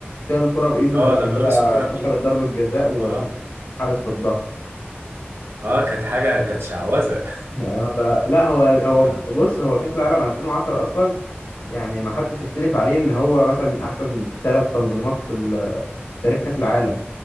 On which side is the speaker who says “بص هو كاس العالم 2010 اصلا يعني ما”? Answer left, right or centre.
Left